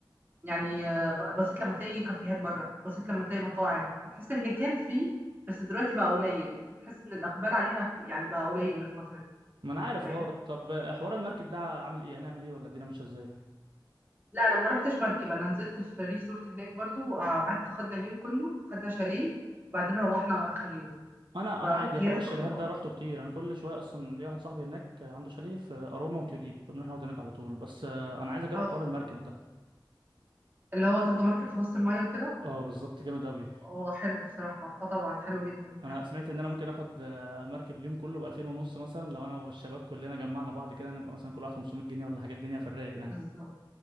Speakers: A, on the right (about 25°); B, on the right (about 70°).
A: يعني آه، بسيط لما تلاقي كافيهات بره بسيط لما تلاقي مطاعم فتحس ان كان في بس دلوقتي بقى قليل فتحس ان الاقبال عليها ك- يعني بقى قليل الفتره دي
B: ما انا عارف
A: فاهم
B: اه طب حوار المركب ده عامل ايه هنعمل ايه ولا الدنيا ماشيه ازاي
A: لا انا ما رحتش مركب انا نزلت في ريزورت هناك برضو وقعدت خدنا اليوم كله خدنا شاليه وبعدين روحنا اخر اليوم
B: انا
A: فكانت
B: انا عادي حوار الشاليهات
A: حلوه
B: ده روحته كتير انا كل شويه اصلا ليا واحد صاحبي هناك عنده شاليه في اروما وتوليب بنروح نقعد هناك على طول بس آه، انا عايز اجرب
A: اه
B: حوار المركب ده
A: اللي هو تاخدوا مركب في نص الميه وكده
B: اه بالظبط جامد قوي
A: اه حلو بصراحه اه طبعا حلو جدا
B: انا سمعت ان انا ممكن اخد آه، مركب اليوم كله ب 2000 ونص مثلا لو انا والشباب كلنا جمعنا بعض كده نبقى مثلا كل واحد 500 جنيه ولا حاجه الدنيا في الرايق يعني
A: بالظبط